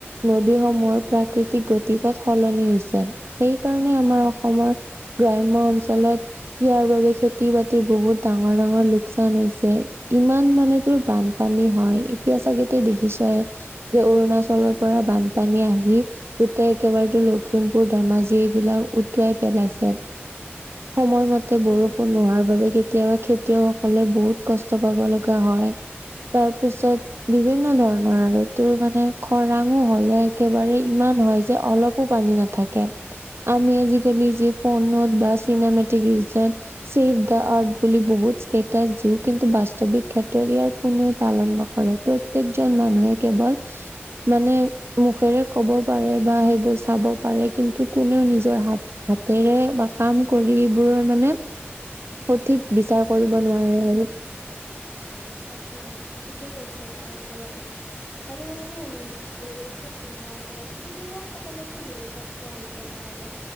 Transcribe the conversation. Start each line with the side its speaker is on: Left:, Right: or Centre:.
Right: নদীসমূহৰ
Left: উম।
Right: প্ৰাকৃতিক গতি, সলনি হৈছে সেই কাৰণে আমাৰ অসমৰ গ্ৰাম্য অঞ্চল ত ইয়াৰ বাবে খেতি বাতিৰ বহুত ডাঙৰ ডাঙৰ লোকচান হৈছে ইমান মানে বানপানী হয় এতিয়া চাগে তই দেখিছই যে অৰুণাচলৰ পৰা বানপানী আহি গোটেই একেবাৰেতো লখিমপুৰ ধেমাজি এইবিলাক উটুৱাই পেলাইছে।
Left: <inaudible>
Right: সময়মতে বৰষুণ
Left: অ
Right: নোহোৱাৰ বাবে কেতিয়াবা খেতিয়কসকলে বহুত কষ্ট পাব লগা হয়। তাৰ পিছত বিভিন্ন ধৰণৰ আৰু তোৰ মানে খৰাঙো হলে একেবাৰে ইমান নহয় যে অলপো পানী নাথাকে আমি আজিকালি যি ফোনত বাছ, চিনেমেটিক ৰিজন চছেভ দা আৰ্ট বুলি বহুত ষ্টেছ দিও কিন্তু বাস্তৱিক ক্ষেত্ৰত য়াৰ কোনোৱ পালন নকৰে প্ৰত্য়েকজন মানুহে কেৱল মানে মুখেৰে ক'ব পাৰে বা সেইবোৰ চাব পাৰে কিন্তু কোনেও নিজৰ হাত হাত তেৰে বাকাম কৰিবোৰৰ মানে সঠিক বিচাৰ কৰিব নোৱাৰে আৰু
Left: তাকে ঠিকেই কৈছ তই একেবাৰে আৰু মানে উ বৰষুণ হোৱাৰ ফলত খেতিয়কসকলেতো বহুত কষ্ট হৈছে নহয় নাই